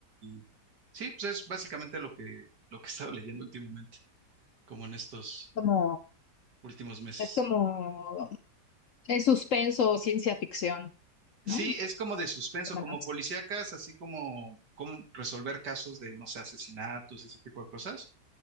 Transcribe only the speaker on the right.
y sí, pues es básicamente lo que, lo que he estado leyendo últimamente, como en estos
últimos meses.
Sí,
es como de suspenso,
como policíacas, así como, como resolver casos de, no sé, asesinatos, ese tipo de cosas.